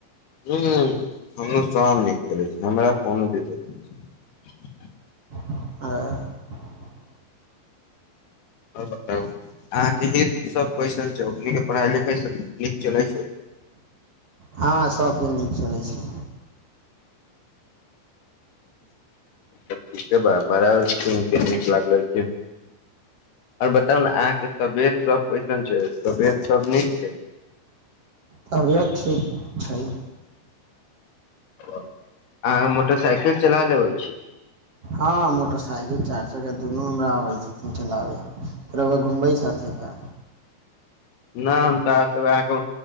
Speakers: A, on the left; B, on the right.
A: हूँ हमरो सब नीक चलै छै हमरा कोनो दिक्कत नहि छै
B: हँ
A: आओर बताबू अहाँके ई सभ क्वेश्चन छै इ पढ़ाइ लिखाइ सब नीक चलै छै
B: हँ सबके नीक चलै छै
A: ठीके बा ब बड़ा सुन के नीक लागल छै आओर बताउ ने अहाँके तबियत सभ कैसन छै तबियत सभ नीक छै
B: तबीयत ठीक छै
A: अहाँ मोटरसाइकिल चला लेबै छी
B: हँ मोटरसाइकिल चार्जर के दुनू हमरा आबै छथिन चलाबे रौआ घुमे- -जाथे का
A: ना हम तऽ अहाँके ओ